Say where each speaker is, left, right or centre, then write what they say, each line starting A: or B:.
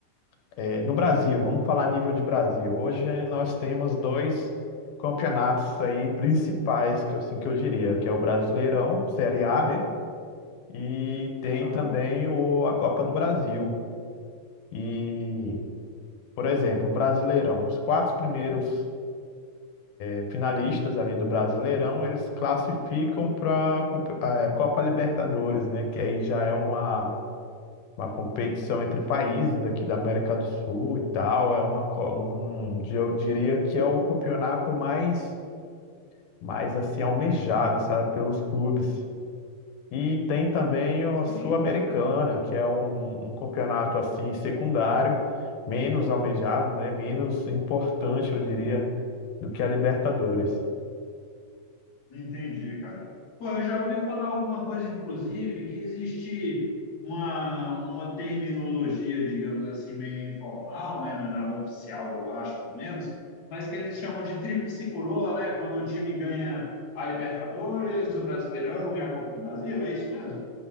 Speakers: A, on the left; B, on the left.
A: É, no Brasil, vamos falar a nível de Brasil. Hoje nós temos dois campeonatos aí principais, que eu, assim que eu diria, que é o Brasileirão, Série A, né? E tem
B: Aham,
A: também o, a Copa do Brasil. E, por exemplo, o Brasileirão, os quatro primeiros eh, finalistas ali do Brasileirão, eles classificam para a Copa Libertadores, né? Que aí já é uma uma competição entre países aqui da América do Sul e tal. É uma, co- um, eu diria que é o campeonato mais, mais assim almejado, sabe, pelos clubes. E tem também a
B: sim,
A: Sul-Americana,
B: com certeza.
A: que é um, um campeonato assim secundário, menos almejado, né, menos importante, eu diria, do que a Libertadores.
B: Entendi, cara. Pô, eu já ouvi falar alguma coisa, inclusive, que existe uma, uma terminologia, digamos assim, meio informal, né? Não é nada oficial, eu acho, pelo menos, mas que eles chamam de tríplice coroa, né? Quando o time ganha a Libertadores, o Brasileirão e a Copa do Brasil, é isso mesmo?